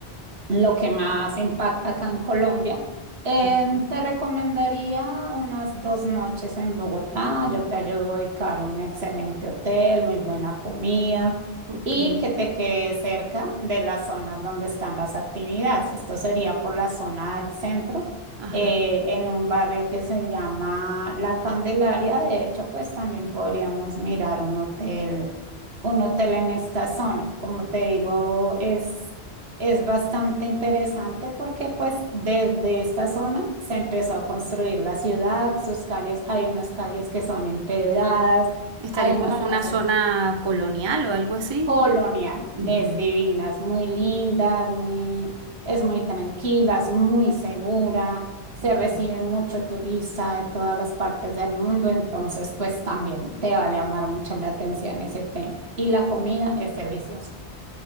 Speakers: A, on the right; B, on the right.
A: lo que más impacta acá en Colombia. Em,
B: Perfecto.
A: te recomendaría unas dos noches en Bogotá. Yo te ayudo a dedicar un excelente hotel, muy buena comida
B: Ok,
A: y que te quede cerca de las zonas donde están las actividades. Esto sería por la zona del centro,
B: ajá.
A: eh, en un barrio que se llama La Candelaria. De hecho, pues también podríamos mirar un hotel, un hotel en esta zona. Como te digo, es es bastante interesante porque pues desde esta zona se empezó a construir la ciudad, sus calles, hay unas calles que son empedradas,
B: Estaría
A: hay unas
B: como
A: casas
B: una zona colonial o algo así.
A: coloniales
B: Ujú,
A: divinas, muy lindas, muy, es muy tranquila, es muy segura, se
B: ok.
A: recibe mucho turista de todas las partes del mundo, entonces pues también te va a llamar mucho la atención ese tema. Y la comida es deliciosa.